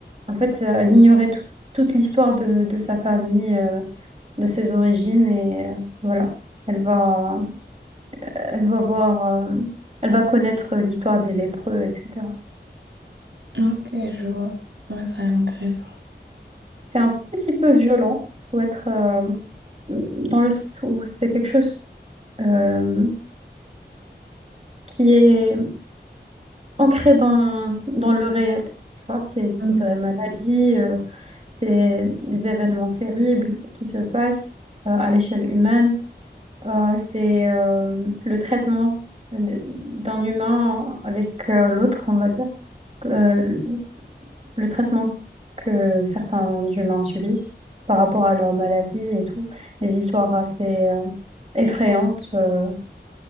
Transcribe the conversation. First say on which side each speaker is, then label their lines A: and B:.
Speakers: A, on the right; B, on the right.
A: en fait, elle ignorait tout- toute l'histoire de, de sa famille, euh, de ses origines. Et euh, voilà, elle va, elle va voir, euh, elle va connaître l'histoire des lépreux, etc.
B: Ok, je vois. Ouais, ça a l'air intéressant.
A: C'est un petit peu violent. Faut être euh, dans le sens où c'est quelque chose euh, qui est ancré dans, dans le réel. Tu vois, c'est
B: Hmm.
A: des vraies maladies, euh, c'est des événements terribles qui se passent euh, à l'échelle humaine. Euh, c'est euh, le traitement d- d'un humain avec euh, l'autre, on va dire. Euh, le traitement que certains humains subissent par rapport à leur maladie et tout, des histoires assez euh, effrayantes euh,